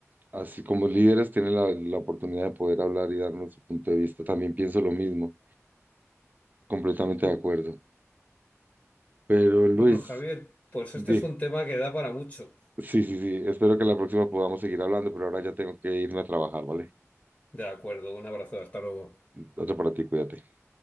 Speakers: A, on the right; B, on the left.
A: Así como líderes tienen la, la oportunidad de poder hablar y darnos su punto de vista. También pienso lo mismo, completamente
B: Mm,
A: de acuerdo. Pero Luis,
B: Bueno, Javier, pues
A: di-
B: este es un tema que da para mucho.
A: sí, sí, sí, espero que la próxima podamos seguir hablando, pero ahora ya tengo que irme a trabajar, ¿vale?
B: De acuerdo, un abrazo, hasta luego.
A: Otro para ti, cuídate.